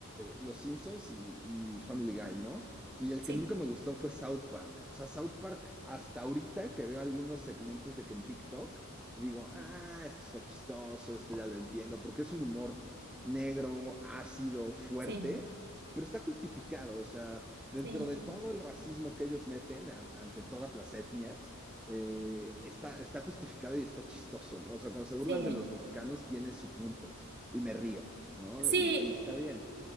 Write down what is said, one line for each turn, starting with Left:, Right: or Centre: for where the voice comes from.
Centre: Los Simpsons y, y Family Guy, ¿no? Y el
Right: sí,
Centre: que nunca me gustó fue South Park. O sea, South Park, hasta ahorita que veo algunos segmentos de que en TikTok, digo, ah, esto está chistoso, esto ya lo entiendo, porque es un humor negro, ácido, fuerte,
Right: sí,
Centre: pero está justificado, o sea, dentro
Right: sí,
Centre: de todo el racismo que ellos meten a- ante todas las etnias, eh, está, está justificado y está chistoso, ¿no? O sea, cuando se burlan
Right: sí.
Centre: de los mexicanos tiene su punto y me río, ¿no?
Right: Sí,
Centre: Y, y está bien.